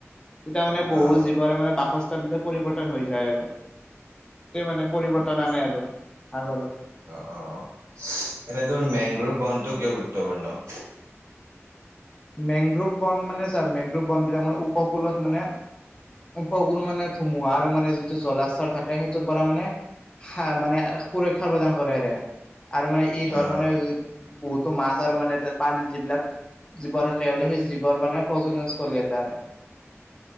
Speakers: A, on the left (about 20°); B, on the right (about 85°).
A: তেতিয়া মানে বহুত
B: অ',
A: জীৱৰে মানে বাসস্থান বিলাক পৰিৱৰ্তন হৈ যায় আৰু মানে পৰিৱৰ্তন
B: আচ্ছা
A: আনে আৰু সাগৰত
B: অ অ অ এনে ত মেংগ্ৰোভ বনটো কিয় গুৰুত্বপূৰ্ণ?
A: মেংগ্ৰোভ বন মানে ছাৰ মেংগ্ৰভ বনবিলাক মানে উপকূলত মানে উপকূল মানে ধুমুহা আৰু মানে যিটো জলাশৰ থাকে সেইটোৰ পৰা মানে মানে সুৰক্ষা প্ৰদান কৰে হেৰে আৰু মানে এই ধৰ
B: অ',
A: মানে বহুতো মাছ আৰু মানে পানীত যিবিলাক জীৱ তেওঁ সেই জীৱৰ মানে প্ৰজননস্তলি এটা আৰু